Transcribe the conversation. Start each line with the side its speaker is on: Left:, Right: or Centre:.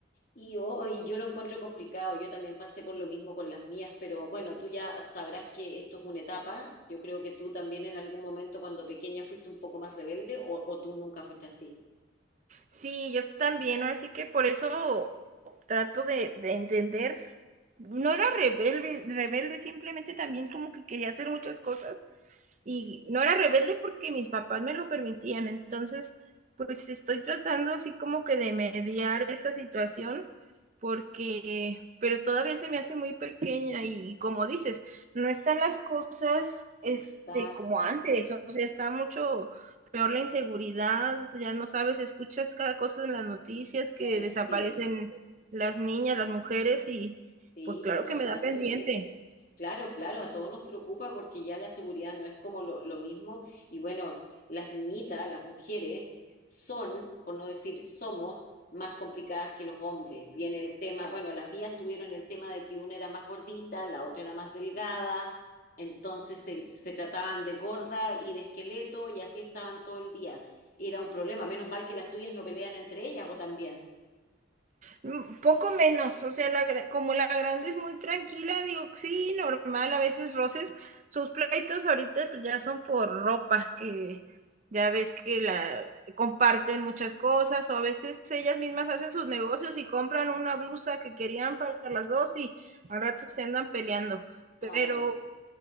Left: Y hoy yo lo encuentro complicado. Yo también pasé por lo mismo con las mías, pero bueno, tú ya sabrás que esto es una etapa. Yo creo que tú también en algún momento cuando pequeña fuiste un poco más rebelde o, o tú nunca fuiste así.
Right: Sí, yo también, ahora sí que por eso trato de, de entender. No era rebelde, rebelde, simplemente también como que quería hacer muchas cosas y no era rebelde porque mis papás me lo permitían. Entonces, pues estoy tratando así como que de mediar esta situación porque, pero todavía se me hace muy pequeña y, y como dices, no están las cosas este
Left: Exacto.
Right: como antes, o sea, está mucho peor la inseguridad, ya no sabes, escuchas cada cosa en las noticias que
Left: Ay,
Right: desaparecen
Left: sí.
Right: las niñas, las mujeres y
Left: Sí,
Right: pues claro
Left: no,
Right: que me
Left: está
Right: da pendiente.
Left: terrible. Claro, claro, a todos nos preocupa porque ya la seguridad no es como lo, lo mismo. Y bueno, las niñitas, las mujeres, son, por no decir somos, más complicadas que los hombres. Viene el tema, bueno, las vías tuvieron el tema de que una era más gordita, la otra era más delgada, entonces se, se trataban de gorda y de esqueleto y así estaban todo el día. Era un problema, menos mal que las tuyas no pelean entre ellas o también.
Right: mm, Poco menos, o sea, la, como la grande es muy tranquila, digo, sí, normal, a veces roces, sus pleitos ahorita pues ya son por ropa, que ya ves que la comparten muchas cosas, o a veces ellas mismas hacen sus negocios y compran una blusa que querían para las dos y al rato se andan peleando,
Left: Ay,
Right: pero
Left: bueno,